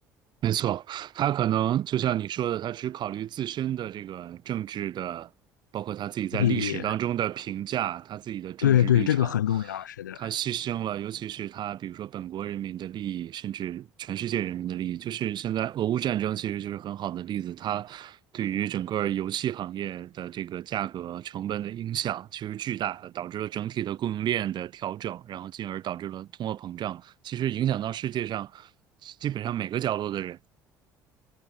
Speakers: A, on the right; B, on the left.
A: 没错，他可能就像你说的，他只考虑自身的这个政治的，包括他自己在历史当中的评价，
B: 利益。
A: 他自己的政治立场，
B: 对对，这个很重要，是的，
A: 他牺牲了，尤其是他比如说本国人民的利益，甚至全世界人民的利益。就是现在俄乌战争其实就是很好的例子，它对于整个油气行业的这个价格成本的影响其实巨大的，导致了整体的供应链的调整，然后进而导致了通货膨胀，其实影响到世界上基本上每个角落的人。